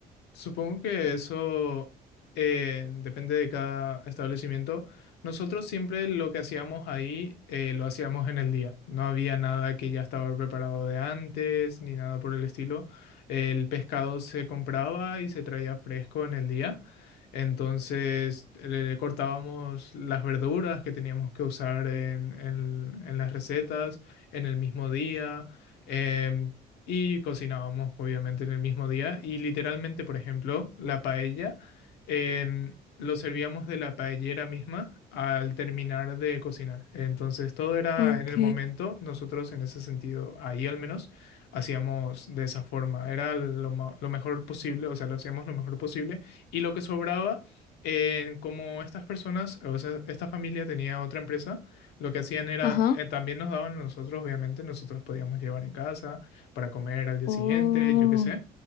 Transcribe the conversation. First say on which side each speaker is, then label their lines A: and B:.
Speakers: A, on the left; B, on the left.
A: Supongo que eso eh, depende de cada establecimiento. Nosotros siempre lo que hacíamos ahí eh, lo hacíamos en el día. No había nada que ya estaba preparado de antes ni nada por el estilo. El pescado se compraba y se traía fresco en el día. Entonces le cortábamos las verduras que teníamos que usar en, en- en las recetas en el mismo día. Em, y cocinábamos obviamente en el mismo día y literalmente, por ejemplo, la paella em, lo servíamos de la paellera misma al terminar de cocinar. Entonces todo era
B: Ok,
A: en el momento, nosotros en ese sentido, ahí al menos, hacíamos de esa forma, era lo, ma- lo mejor posible, o sea, lo hacíamos lo mejor posible y lo que sobraba... en- como estas personas, o sea, esta familia tenía otra empresa, lo que hacían era,
B: Ajá.
A: eh, también nos daban a nosotros, obviamente, nosotros podíamos llevar en casa, para comer al día
B: Oh,
A: siguiente, yo qué sé.